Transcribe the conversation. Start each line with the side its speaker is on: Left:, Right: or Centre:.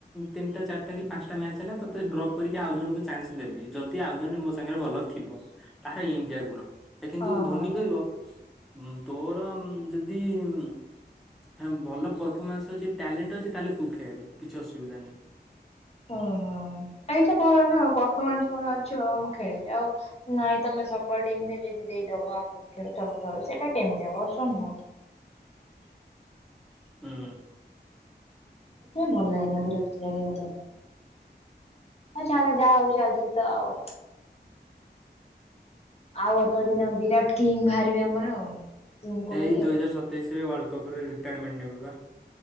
Centre: ତିନିଟା ଚାରିଟା କି ପାଞ୍ଚଟା ମ୍ୟାଚ ହେଲା ତୋତେ ଡ୍ରପ୍ କରିକି ଆଉ ଜଣଙ୍କୁ ଚାନ୍ସ ଦେବି ଯଦି ଆଉ ଜଣ ମୋ ସାଙ୍ଗରେ ଭଲ ଥିବ। ତାର ଏମତିଆ ଗୁଣ ଏ କିନ୍ତୁ
Left: ଓହୋ
Centre: ଧୋନୀ କହିବ ଉମ ତୋର ଯଦି ଇ ହ ଭଲ ପରଫମାନ୍ସ ଅଛି ଟ୍ୟାଲେଣ୍ଟ ଅଛି ତାହେଲେ ତୁ ଖେଳେ କିଛି ଅସୁବିଧା ନାହିଁ।
Left: ଓହୋ ଏ ଏଇଟା ଭଲ ନା ପରଫମାସ ମର ଚ ମୁଁ ଖେଳିବି ଆଉ ନାଇଁ ତମେ ସପଟିଙ୍ଗ ଯଦି ଦେଇଦବ ଆ ଖେଳୁ ତମ ଖେଳ ସେଇଟା କେ କେମିତି ହବ ସମ୍ଭବ
Centre: <inaudible> ହୁଁ।
Left: ହେତିପାଇଁ ଭଲ ଲାଗେନି ବିରକ୍ତି ଲାଗି ମତେ। ଆଁ ଛାଡ଼ ଯାହା ହଉ ଚାଲିଛି ତ ଆଉ। ଆଉ ଅତ ଦିନ ବିରାଟ କିଙ୍ଗ ବାହାରିବେ ଆମର ଆଉ। କିଙ୍ଗ କୋହଲି
Centre: ଏଇ ଦୁଇ
Left: ଆଉ
Centre: ହଜାର ସତେଇଶ ରେ ୱାର୍ଲଡ କପରେ ରିଟାୟାରମେଣ୍ଟ ନେବେ ପା।